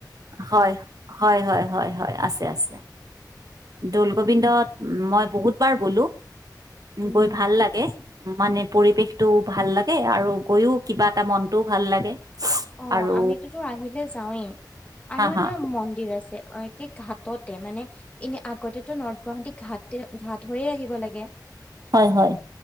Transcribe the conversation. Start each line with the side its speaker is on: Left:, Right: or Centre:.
Right: হয় হয় হয় হয় হয় আছে আছে। দৌল গোবিন্দত মই বহুতবাৰ গ'লো
Left: উম
Right: গৈ ভাল লাগে। মানে পৰিৱেশটো ভাল লাগে আৰু গৈও কিবা এটা মনটোও ভাল লাগে
Left: অ
Right: আৰু
Left: আমিতোতো আহিলে যাওঁৱেই আৰু
Right: হা
Left: এটা
Right: হা
Left: মন্দিৰ আ আছে অ কি ঘাটতে মানে এনে আগতেতো নৰ্থ গুৱাহাটীত ঘাট হৈয়ে আহিব লাগে।
Right: হয় হয়